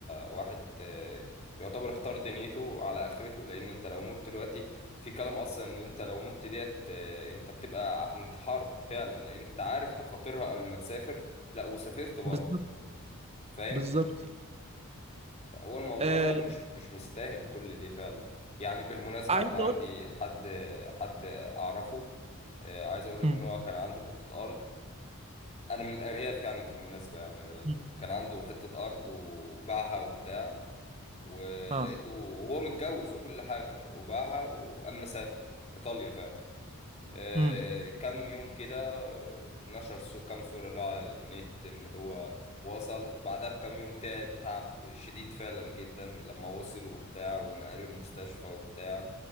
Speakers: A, on the left (about 30°); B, on the right (about 30°).
A: واحد آه، يعتبر اختار دنيته على اخرته لان انت لو مت دلوقتي في كلام اصلا ان انت لو مت ديت آه، انت بتبقى ع- انتحرت فعلا لان انت عارف مخاطرها قبل ما تسافر لا وسافرت برضه
B: بالظبط
A: فاهم
B: بالظبط
A: فهو الموضوع
B: آه،
A: بقى مش مش مستاهل كل ده فعلا يعني بالمناسبة
B: عايز
A: انا
B: أقول
A: عندي حد حد اعرفه آه، عايز اقول لك
B: مم.
A: ان هو كان عنده حتة ارض انا من الارياف يعني بالمناسبة يعني
B: مم.
A: كان عنده حتة ارض وباعها وبتاع ولقيته
B: آه
A: وهو متجوز وكل حاجة وباعها وقام مسافر إيطاليا فعلا آه،
B: مم.
A: كام يوم كده آه، نشر سو- كام صورة له على النت إن هو وصل وبعدها بكام يوم تعب تعب شديد فعلا جدا لما وصل وبتاع ونقلوه المستشفى وبتاع